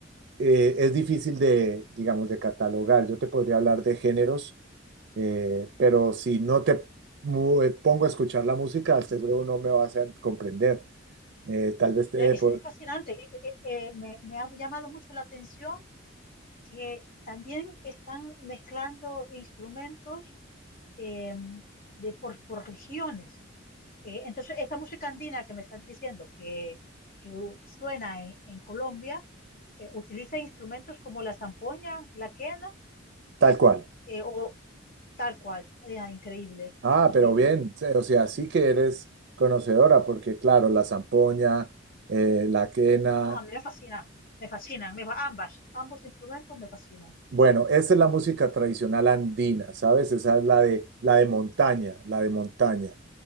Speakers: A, on the right; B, on the left.
A: eh, es difícil de, digamos, de catalogar. Yo te podría hablar de géneros, eh, pero si no te mu- eh, pongo a escuchar la música, seguro no me vas a comprender. Eh, tal vez te,
B: Eh, Es,
A: po-
B: es fascinante, Eh, eh, eh, me, me ha llamado mucho la atención que también están mezclando instrumentos eh, de por, por regiones. Eh, entonces, esa música andina que me estás diciendo que, que u- suena en, en Colombia, eh, utiliza instrumentos como la zampoña, la quena,
A: tal cual.
B: eh, o tal cual. Eh, ah, increíble,
A: Ah,
B: increíble.
A: pero bien, se- o sea, sí que eres conocedora, porque claro, la zampoña, eh, la quena,
B: No, a mí me fascina, me fascinan, me, fa- ambas, ambos instrumentos me fascinan.
A: bueno, esa es la música tradicional andina, ¿sabes? Esa es la de la
B: Sí,
A: de montaña, la de montaña.